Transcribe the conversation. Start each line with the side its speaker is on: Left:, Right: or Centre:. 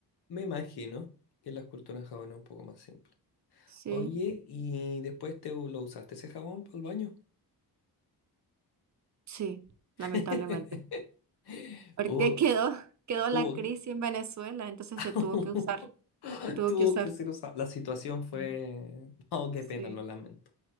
Left: me imagino que la escultura en Japón es un poco más simple.
Right: Sí,
Left: Oye, ¿y después te lo usaste ese jabón para el baño?
Right: sí, lamentablemente.
Left: <laughs>
Right: Porque
Left: O
Right: quedó, quedó la
Left: tuvo
Right: crisis
Left: que...
Right: en Venezuela, entonces
Left: <laughs>
Right: se tuvo que usar, se tuvo
Left: tuvo
Right: que usar.
Left: que ser usado. La situación fue...
Right: Sí.
Left: Oh, qué
Right: Sí,
Left: pena, lo lamento.